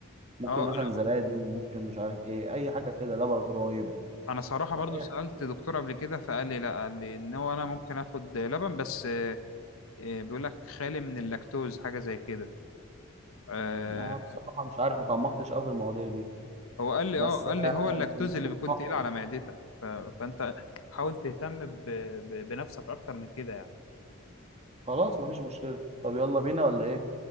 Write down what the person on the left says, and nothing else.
اه
انا
انا صراحة برضو
سألت
دكتور قبل كده فقال لي لا قال لي ان هو انا ممكن اخد لبن بس إيه، بيقول لك خالي من اللاكتوز حاجه زي كده آه
هو قال لي
اه قال
لي هو اللاكتوز
اللي بيكون
تقيل
على معدتك ف... فانت حاول تهتم ب... ب... بنفسك اكتر من كده يعني